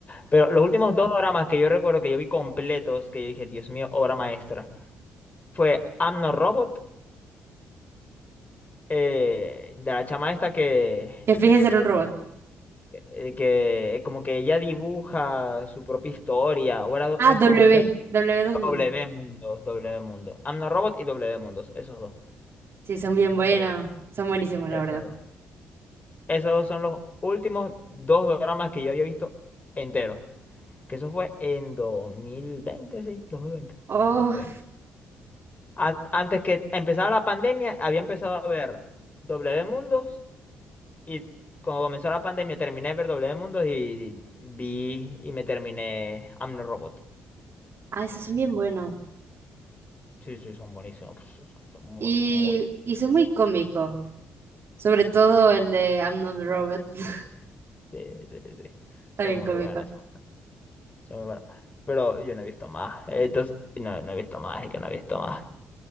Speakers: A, on the left (about 30°); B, on the right (about 55°).
A: Pero los últimos dos dramas que yo recuerdo que yo vi completos, que yo dije, Dios mío, obra maestra, fue I'm No Robot eh, de la chama esta que,
B: Que finge ser un robot.
A: eh, que como que ella dibuja su propia historia, o era, do-
B: Ah,
A: es-
B: W,
A: o ese era
B: W dos Mundo.
A: W Mundo, W Mundo. Amno Robot y W Mundos, esos dos,
B: Sí, son bien buenos,
A: esos dos,
B: son buenísimos, la
A: esos
B: verdad.
A: dos. Esos son los últimos dos dramas que yo había visto enteros, que eso fue en 2020, sí, 2020,
B: Oh,
A: 2020. An- antes que empezara la pandemia, había empezado a ver W Mundos Y cuando comenzó la pandemia, terminé de ver W Mundos y, y vi y me terminé Amno Robot.
B: ah, esos son bien buenos.
A: Sí, sí, son buenísimos. pues, son, son muy,
B: Y,
A: muy bu-
B: y son muy cómicos, sobre todo el de I'm Not a Robot, <laughs>
A: sí, sí, sí,
B: está
A: Son
B: bien
A: muy
B: cómico.
A: buenos. Son, son muy buenos. Pero yo no he visto más. Entonces, no, no he visto más, es que no he visto más.